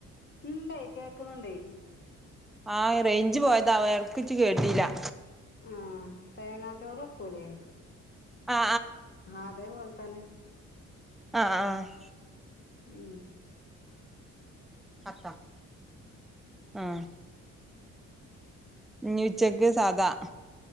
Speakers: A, on the left; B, in the centre.
A: ഇണ്ടെ കേക്കണുണ്ടെ.
B: ആഹ് റേഞ്ച് പോയതാവും എടക്ക് വെച്ച് കേട്ടീല്ലാ
A: ആഹ് തേങ്ങാ ചോറ് വെക്കൂലേ
B: ആ
A: അതേപോലെ തന്നെ.
B: ആഹ് ആഹ്
A: ഉം.
B: <unintelligible> ആഹ് ഇഞ് ഉച്ചക്ക് സാദാ